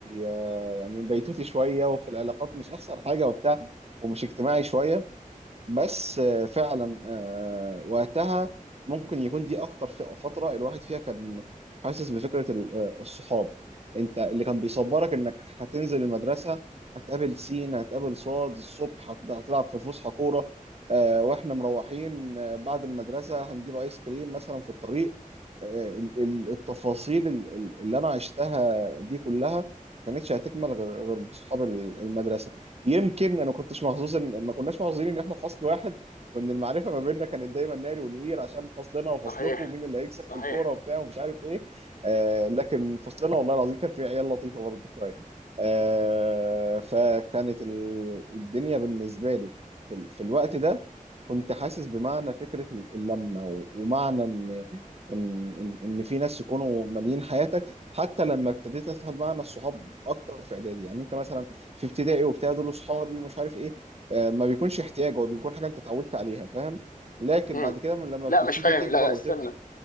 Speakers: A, on the right; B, on the left.
A: آه، يعني بيتوتي شويه وفي العلاقات مش احسن حاجه وبتاع ومش اجتماعي شويه بس آه، فعلا آه، وقتها ممكن يكون دي اكتر ف- فتره الواحد فيها كان حاسس بفكره ال- آه، الصحاب انت اللي كان بيصبرك انك هتنزل المدرسه هتقابل سين هتقابل صاد الصبح هت- هتلعب في الفسحه كوره آه، واحنا مروحين آه، بعد المدرسه هنجيب ايس كريم مثلا في الطريق آه، ال- ال- التفاصيل ال- ال- اللي انا عشتها دي كلها ما كانتش هتكمل غير غير بصحاب ال- المدرسه يمكن انا ما كنتش محظوظ ان ما كناش محظوظين ان احنا في فصل واحد وان المعرفه ما بيننا كانت دايما ناري ونقير عشان فصلنا وفصلكم
B: صحيح
A: ومين اللي هيكسب
B: صحيح
A: في الكوره وبتاع ومش عارف ايه آه لكن فصلنا والله العظيم كان فيه عيال لطيفه برضه شويه آه فكانت ال- الدنيا بالنسبه لي في, ال- في الوقت ده كنت حاسس بمعنى فكره ال- اللمه و- ومعنى ان ان ان إن في ناس يكونوا ماليين حياتك حتى لما ابتديت افهم معنى الصحاب اكتر في اعدادي يعني انت مثلا في ابتدائي وبتاع دول اصحابي ومش عارف ايه آه، ما بيكونش احتياج هو بيكون حاجه انت اتعودت عليها فاهم لكن
B: مم.
A: بعد كده من لما
B: لا
A: بتبتدي
B: مش فاهم
A: تكبر
B: لا لا
A: وت...
B: استنى